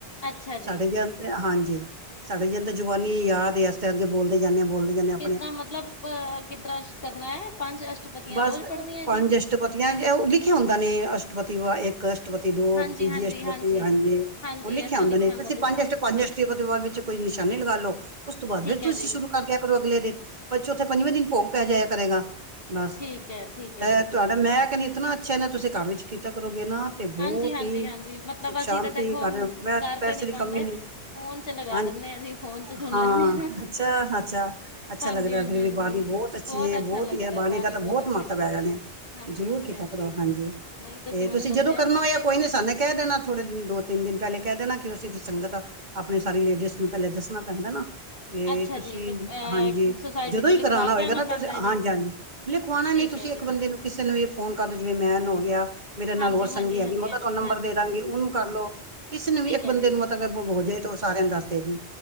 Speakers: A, on the left (about 60°); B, on the right (about 45°).
A: ਅੱਛਾ ਜੀ।
B: ਸਾਡੇ ਜਨ ਹਾਂਜੀ, ਸਾਡੇ ਜਿਨ ਤੇ ਜ਼ੁਬਾਨੀ ਯਾਦ ਏ ਤੇ ਅਗੇ ਬੋਲਦੇ ਜਾਂਨੇ ਆ, ਬੋਲਦੇ ਜਾਨੇ ਆ
A: ਹਾ, ਮਤਲਬ ਕਿਸ ਤਰ੍ਹਾਂ ਕਰਨਾ ਹੈ, ਪੰਜ ਅਸ਼ਟਪਤੀਆਂ
B: ਬਸ
A: ਰੋਜ਼ ਪੜ੍ਹਨੀਆਂ
B: ਪੰਜ
A: ਜੀ
B: ਅਸ਼ਟਪਤੀਆਂ ਉਹ ਲਿਖਿਆ ਹੁੰਦਾ ਨੇ, ਅਸ਼ਟਪਤੀ ਵਾ ਇੱਕ ਇੱਕ ਅਸ਼ਟਪਤੀ, ਦੋ
A: ਹਾਂਜੀ
B: ਤੀਜੀ
A: ਹਾਂਜੀ
B: ਅਸ਼ਟਪਤੀ, ਹਾਂਜੀ
A: ਹਾਂਜੀ
B: ਉਹ ਲਿਖਿਆ
A: ਇਸ ਤਰ੍ਹਾਂ
B: ਹੁੰਦਾ ਨੇ, ਤੁਸੀਂ
A: ਜਿਸ
B: ਪੰਜ
A: ਤਰ੍ਹਾਂ
B: ਅਟ ਪੰਜ ਅਸ਼ਟਪਦੀ ਤੋਂ ਬਾਅਦ ਵਿੱਚ ਕੋਈ ਨਿਸ਼ਾਨੀ ਲਗਾ ਲਓ, ਉਸ ਤੋਂ ਬਾਅਦ
A: ਠੀਕ
B: ਫਿਰ
A: ਹੈ
B: ਤੁਸੀਂ
A: ਜੀ।
B: ਸ਼ੁਰੂ ਕਰ ਲਿਆ ਕਰੋ ਅਗਲੇ ਦਿਨ, ਪਰ ਉੌਥੇ ਪੰਜਵੇਂ ਦਿਨ ਭੋਗ ਪੈ ਜਾਇਆ ਕਰੇਗਾ, ਬਸ
A: ਠੀਕ ਹੈ ਠੀਕ ਹੈ
B: ਇਹ
A: ਜੀ
B: ਤੁਹਾਡਾ ਮੈਂ ਕਹਿੰਦੀ ਇਤਨਾ ਅੱਛਾ ਐ ਨਾ, ਤੁਸੀਂ ਘਰ ਵਿੱਚ ਕੀਤਾ ਕਰੋਗੇ ਨਾ ਤੇ ਬਹੁਤ
A: ਹਾਂਜੀ ਹਾਂਜੀ
B: ਹੀ
A: ਹਾਂਜੀ ਮਤਲਬ
B: ਸੁਖ ਸ਼ਾਂਤੀ
A: ਅਸੀਂ ਤਾਂ ਦੇਖੋ
B: ਘਾਰ, ਮੈਂ
A: ਕਰ
B: ਪੈਸੇ
A: ਤੇ ਨਹੀਂ
B: ਦੀ
A: ਪਾਉਂਦੇ
B: ਕਮੀ ਨ
A: ਫੋਨ ਚ ਲਗਾ
B: ਹਾਂ
A: ਦਿੰਦੇ ਅਸੀਂ ਫੋਨ ਚ ਸੁਣ
B: ਹਾਂ
A: ਲੈਂਦੇ
B: ਅੱਛਾ ਅੱਛਾ ਅੱਛਾ
A: ਹਾਂਜੀ
B: ਲੱਗਦਾ
A: ਹਾਂਜੀ
B: ਫਿਰ
A: ਹਾਂਜੀ
B: ਵੀ ਬਾਣੀ ਬਹੁਤ ਅੱਛੀ ਏ ਬਹੁਤ
A: ਅੱਛਾ ਲੱਗਦਾ
B: ਹੀ ਹੈ, ਬਾਣੀ ਦਾ ਤਾਂ ਬਹੁਤ
A: ਅੱਛੀ
B: ਮਹੱਤਵ
A: ਲੱਗਦੀ
B: ਹੈਗਾ ਨੇ
A: ਹੈ। ਹਾਂਜੀ
B: ਜਰੂਰ
A: ਹਾਂਜੀ
B: ਕੀਤਾ ਕਰੋ ਹਾਂਜੀ
A: ਨਹੀਂ ਤੁਸੀਂ
B: ਤੇ
A: ਮੈਨੂੰ ਦੱਸ
B: ਜਦੋਂ ਕਰਨਾ ਹੋਇਆ ਕੋਈ ਨ, ਸਾਨੂੰ ਕਹਿ ਦੇਣਾ ਥੋੜੇ ਦਿਨ, ਦੋ ਤਿੰਨ ਦਿਨ ਪਹਿਲੇ ਕਹਿ ਦੇ ਨਾ ਕਿ ਅਸੀਂ ਸੰਗਤ ਆਪਣੀ ਸਾਰੀ ਲੇਡੀਜ਼ ਨੂੰ ਪਹਿਲੇ ਦੱਸਣਾ ਪੈਂਦਾ ਨਾ ਤੇ
A: ਅੱਛਾ
B: ਤੁਸੀਂ
A: ਜੀ ਤੇ ਅ
B: ਹਾਂਜੀ
A: ਸੁਸਾਇਟੀ
B: ਜਦੋਂ
A: ਚ
B: ਹੀ
A: ਲਿਖਵਾ
B: ਕਰਾਉਣਾ
A: ਕੇ
B: ਹੋਏਗਾ
A: ਆਣਾ
B: ਨਾ
A: ਪੈਂਦਾ
B: ਤੁਸੀਂ, ਆਣ
A: ਜੀ
B: ਜਾਣ ਲਿਖਵਾਉਣਾ
A: ਠੀਕ
B: ਨਹੀਂ ਤੁਸੀਂ
A: ਹੈ
B: ਇੱਕ
A: ਜੀ
B: ਬੰਦੇ ਨੂੰ ਕਿਸੇ ਨੂੰ ਵੀ ਫੋਨ ਕਰ ਦਿਓ, ਜਿਵੇਂ ਮੈਨ ਹੋ ਗਿਆ ਮੇਰੇ ਨਾਲ
A: ਹਾਂਜੀ
B: ਹੋਰ
A: ਹਾਂਜੀ
B: ਸੰਗੀ ਹੈਗੀ,
A: ਹਾਂਜੀ
B: ਮੈਂ ਉਹ ਤਾਂ
A: ਹਾਂਜੀ
B: ਤੁਹਾਨੂੰ
A: ਹਾਂਜੀ
B: ਨੰਬਰ ਦੇ ਦਾਂਗੀ ਉਹਨੂੰ ਕਰ ਲੋਓ, ਕਿਸੇ ਨੇ ਵੀ
A: ਠੀਕ
B: ਇੱਕ
A: ਹੈ
B: ਬੰਦੇ
A: ਜੀ
B: ਨੂੰ ਮਤਲਬ ਹੋ ਜਾਏ, ਤੇ ਉਹ ਸਾਰਿਆਂ ਨੂੰ ਦੱਸ ਦੇਗੀ